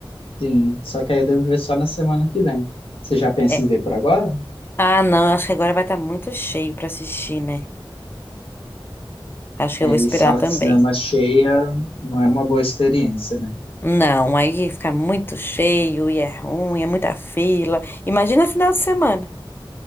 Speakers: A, on the left; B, on the left.
A: Sim, só que aí eu devo ver só na semana que vem. Você já pensa
B: É.
A: em ver por agora?
B: Ah, não, acho que agora vai estar muito cheio pra assistir, né? Acho que
A: É,
B: eu vou esperar
A: e sala
B: também.
A: de cinema cheia não é uma boa experiência, né?
B: Não, aí fica muito cheio e é ruim, é muita fila. Imagina final de semana.